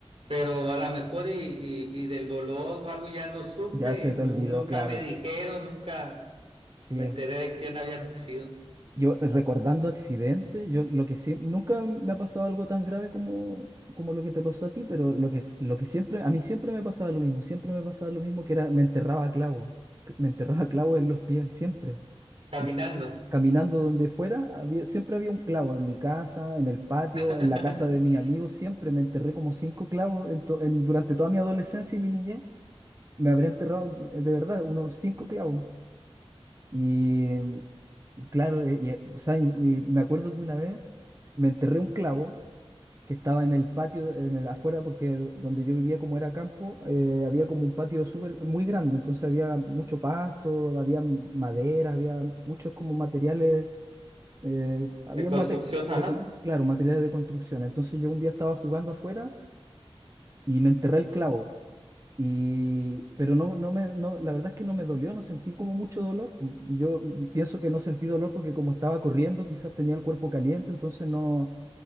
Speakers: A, on the right; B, on the right.
A: pero a lo mejor y, y- y del dolor o algo ya no supe
B: Ya se
A: y nu-
B: te olvidó,
A: nunca
B: claro.
A: me dijeron, nunca
B: Sí.
A: me enteré de quién había sido.
B: Yo recordando accidentes, yo lo que siempre, nunca me ha pasado algo tan grave como, como lo que te pasó a ti, pero lo que, s- lo que siempre, a mí siempre me pasaba lo mismo, siempre me pasaba lo mismo que era, me enterraba a clavo, cl- me enterraba a clavo en los pies, siempre.
A: Caminando.
B: Do- Caminando donde fuera, había, siempre había un clavo en mi casa, en el patio,
A: <laughs>
B: en la casa de mis amigos, siempre me enterré como cinco clavos en to- en- durante toda mi adolescencia y mi niñez. me habría enterrado de de verdad unos cinco clavos. Y, y claro, eh, y, eh, o sea, y- y me acuerdo que una vez me enterré un clavo que estaba en el patio, en el, afuera, porque do- donde yo vivía, como era campo, eh, había como un patio súper muy grande, entonces había mucho pasto, había m- madera, había muchos como materiales, eh, había
A: De construcción,
B: materiales de,
A: ajá.
B: con- claro, materiales de construcción. Entonces yo un día estaba jugando afuera y me enterré el clavo. Y, pero no, no me, no, la verdad es que no me dolió, no sentí como mucho dolor. Yo pienso que no sentí dolor porque como estaba corriendo, quizás tenía el cuerpo caliente, entonces no,